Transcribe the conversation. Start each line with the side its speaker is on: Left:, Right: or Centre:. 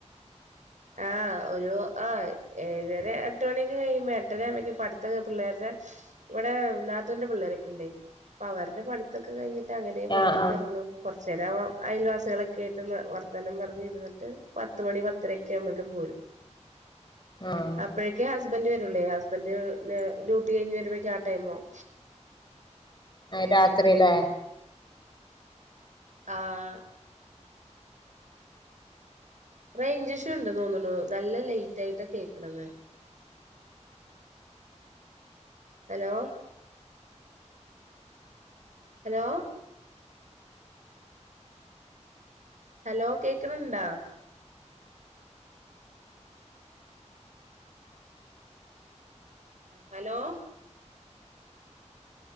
Right: ആഹ് ഒരു ആ ഏഴര എട്ട് മണിയൊക്കെ കഴിയുമ്പോൾ എട്ടരാവുമ്പയത്തേക്ക് പട്ത്തൊക്കെ പിള്ളേരുടെ ഇവിടെ നാത്തൂന്റെ പിള്ളേരൊക്കെ ഉണ്ടേ അപ്പൊ അവരുടെ പഠിത്തൊക്കെ കഴിഞ്ഞിട്ട്. അങ്ങനെ പുറത്തേക്ക്
Left: ആഹ് ആഹ്
Right: ഇറങ്ങും. കുറച്ചേരം അയൽവാസികളൊക്കെ ആയിട്ട് വർത്താനം പറഞ്ഞിരുന്നിട്ട്. പത്ത് മണി പത്തര പോരും
Left: ആഹ്
Right: അപ്പോഴേ <unintelligible> ഹസ്ബന്ഡ് വരൂലേ ഹസ്ബന്റ് ഡ്യൂട്ടി കഴിഞ്ഞ് വരുമ്പോഴേക്ക് ആ ടൈമാവും.
Left: ആ രാത്രില്ലേ
Right: ആഹ് റേയ് ഞ്ച് ഇശ്യൂ ഉണ്ടെന്നോന്ന് ണു നല്ല ലേയ് റ്റായിട്ട കേക്കണത് ഹലോ ഹലോ? ഹലോ കേക്ക്ണ് ണ്ടോ? ഹലോ?